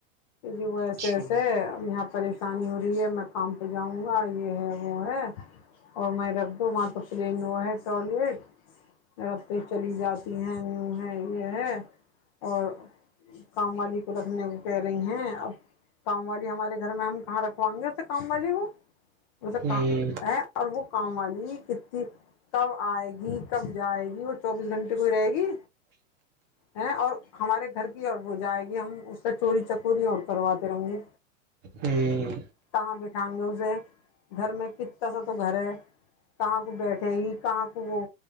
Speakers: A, on the left; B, on the right.
A: جی وہ ایسے
B: اچھا
A: ایسے یہاں پر پریشانی ہو رہی ہے میں کام پہ جاؤں گا یہ ہے وہ ہے اور میں رکھ دوں وہاں تو پلین وہ ہے ٹوائلیٹ درفتیں چلی جاتی ہیں یوں ہے یہ ہے اور کام والی کو رکھنے کو پ رہی ہیں اب کام والی ہمارے گھر میں ہم کہاں رکھوائیں گے اسے کام والی کو وہ تو
B: ہ
A: کا ہے اور وہ کام والی ہیتی کب آئے گی کب جائے گی وہ چوبیس گھنٹے کوئی رہے گی ہیں اور ہمارے گھر کی اور وہ جائے گی ہم اس سے چوری چکوری اور کرواتے رنگے
B: ہممم
A: کہاں بٹھائیں گے اسے گھر میں کنا سا تو گھر ہے کہاں کو بیٹھے گی کہاں کو وہ